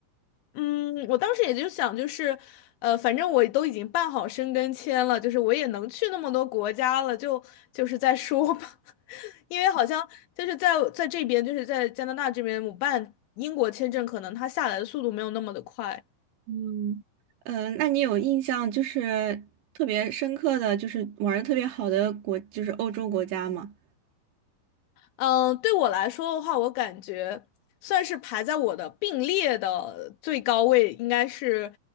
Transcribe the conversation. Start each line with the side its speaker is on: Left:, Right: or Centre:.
Left: 嗯，我当时也就想，就是，呃，反正我都已经办好申根签了，就是我也能去那么多国家了，就就是再说吧。<laughs> 因为好像就是在在这边，就是在加拿大这边，我办英国签证，可能它下来的速度没有那么的快。
Right: 嗯，呃，那你有印象就是特别深刻的就是玩的特别好的国，就是欧洲国家吗？
Left: 嗯，对我来说的话，我感觉算是排在我的并列的最高位，应该是，